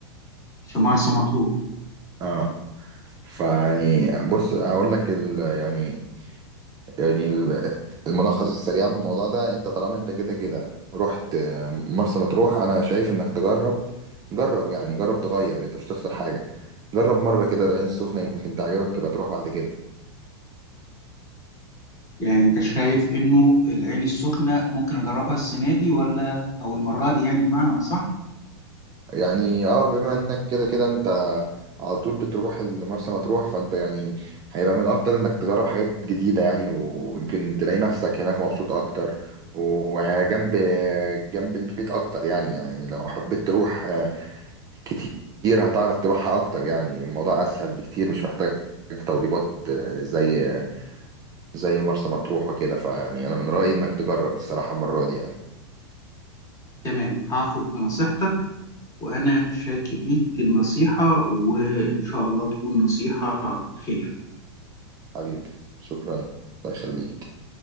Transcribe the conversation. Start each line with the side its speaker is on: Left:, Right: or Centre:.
Left: في مرسى مطروح
Right: اه فيعني بص هقول لك ال... يعني يعني ال- الملخص السريع من الموضوع ده انت طالما انت كده كده رحت آه، مرسى مطروح انا شايف انك تجرب جرب يعني جرب تغير انت مش هتخسر حاجة جرب مرة كده العين السخنة يمكن تعجبك وتبقى تروح بعد كده
Left: يعني أنت شايف إنه العين السخنة ممكن أجربها السنة دي ولا أو المرة دي يعني بمعنى أصح
Right: يعني اه بما انك كده كده انت على طول بتروح مرسى مطروح فانت يعني هيبقى من الافضل انك تجرب حاجات جديدة يعني ويمكن تلاقي نفسك هناك مبسوط اكتر وهي جنب جنب البيت اكتر يعني يعني لو حبيت تروح كتير هتعرف تروحها اكتر يعني الموضوع اسهل بكتير مش محتاج توضيبات آه، زي زي مرسى مطروح وكده فيعني انا من رأيي انك تجرب الصراحة المرة دي يعني
Left: تمام هاخد بنصيحتك وأنا شاكر ليك النصيحة وإن شاء الله تكون نصيحة خير
Right: حبيبي شكرا الله يخليك